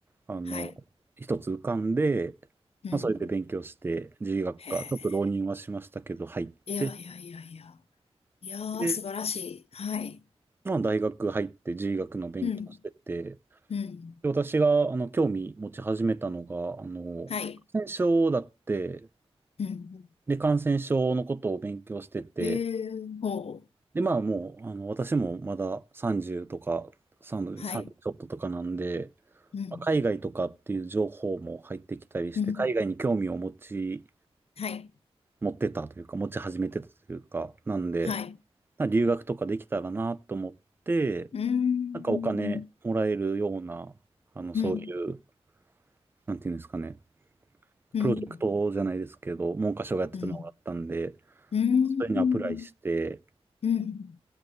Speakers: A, on the right (about 20°); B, on the left (about 70°).
A: あの、
B: はい。
A: 一つ浮かんで、
B: うん。
A: まあ、それで勉強して、獣医学科、
B: へえ。
A: ちょっと浪人はしましたけど、入って、
B: いやいやいやいや。いやー、
A: で
B: 素晴らしい。はい。
A: まあ、大学入って獣医学の勉強してて、
B: うん。うん。
A: で私が、あの、興味持ち始めたのが、あの、
B: はい。
A: 感染症だって、
B: うん。
A: で、感染症のことを勉強してて、
B: へえ、ほう。
A: で、まあ、もう、あの、私もまだ30とか、30、
B: はい。
A: 3ちょっととかなんで、
B: うん。
A: まあ海外とかっていう情報も入ってきたりして、
B: うん。
A: 海外に興味を持ち
B: はい。
A: 持ってたというか、持ち始めてたというか、なんで、
B: はい。
A: なんか留学とかできたらなと思って、
B: うーん。
A: なんかお金もらえるような、あの、
B: うん。
A: そういう、なんていうんですかね、
B: うん。
A: プロジェクトじゃないですけど、文科省がやってたのがあったんで、
B: うん。うーん。
A: それにアプライして、
B: うん。